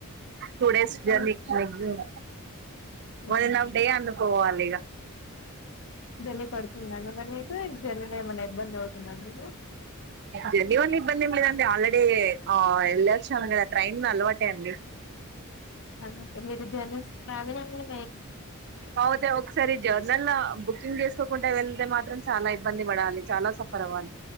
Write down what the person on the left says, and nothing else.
అవును.
um.
జర్నీ పడుతుందా అండి మరి మీకు జర్నీలో ఏమన్నా ఇబ్బంది అవుతుందా అండి మీకు
అలవాటే మీరు జర్నీస్ ట్రావెలింగ్ నైట్